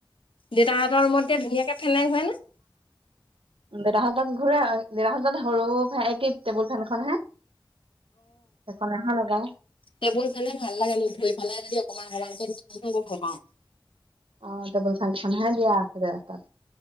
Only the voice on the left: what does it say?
দেউতাহঁতৰ ৰুমত এতিয়া ধুনীয়াকে ফেন লগাই শুৱে নে।
টেবুল ফেনে ভাল লাগে মোক দুই ফালে যদি অকমান অকমান কৰে দি থৈ মই বৰ ভাল পাওঁ।